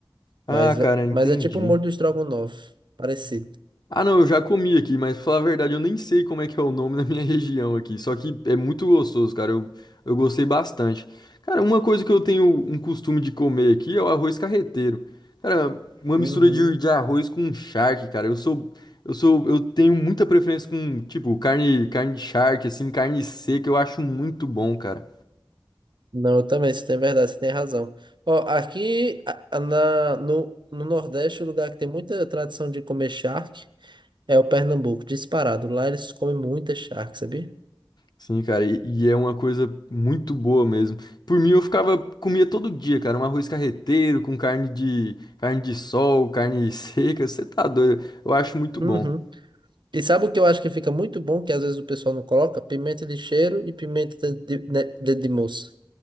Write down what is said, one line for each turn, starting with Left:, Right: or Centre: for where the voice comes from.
Left: Ah,
Right: Mas,
Left: cara, entendi.
Right: mas é tipo o molho do estrogonofe, parecido.
Left: Ah, não, eu já comi aqui, mas pra falar a verdade, eu nem sei como é que é o nome na minha <laughs> região aqui. Só que é muito gostoso, cara. Eu, eu gostei bastante. Cara, uma coisa que eu tenho um costume de comer aqui é o arroz carreteiro. Cara, uma mistura
Right: Uhum.
Left: de, de arroz com charque, cara. Eu sou, eu sou, eu tenho muita preferência com, tipo, carne, carne de charque, assim, carne seca, eu acho muito bom, cara.
Right: Não, eu também, você tem verdade, você tem razão. Ó, aqui a- a- na, no, no Nordeste, o lugar que tem muita tradição de comer charque. É o Pernambuco, disparado. Lá eles comem muita charque, sabia?
Left: Sim, cara, e, e é uma coisa muito boa mesmo. Por mim, eu ficava, comia todo dia, cara, um arroz carreteiro com carne de, carne de sol, carne <laughs> seca, você tá doido. Eu acho muito
Right: Uhum.
Left: bom.
Right: E sabe o que eu acho que fica muito bom, que às vezes o pessoal não coloca? Pimenta de cheiro e pimenta de, de, né, dedo de moça.